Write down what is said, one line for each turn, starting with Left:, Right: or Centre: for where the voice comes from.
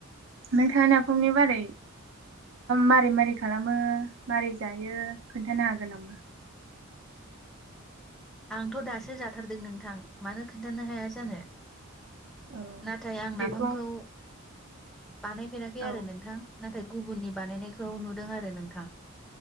Right: नोंथाङा नाफामनि बारै मारै मारै खालामो मारै जायो खोन्थानो हागोन नामा?
Centre: आंथ' दासो जाथारदों नों थां मानो खोनन्थानो हाया जानो
Right: औ
Centre: नाथाय आं
Right: बेखौ
Centre: नाफामखौ <inaudible> बानायफेराखै
Right: औ
Centre: आरो नोंथां ना थाय गुबुननि बानायनायखौ नुदों आरो नोंथां